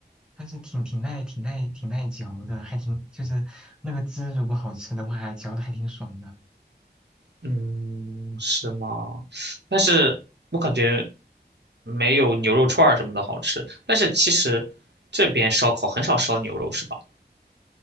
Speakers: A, in the centre; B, on the right.
A: 但是挺挺耐挺耐挺耐嚼的，还挺就是那个汁如果好吃的话，嚼的还挺爽的。
B: 嗯，是吗？但是我感觉没有牛肉串儿什么的好吃。但是其实这边烧烤很少烧牛肉，是吧？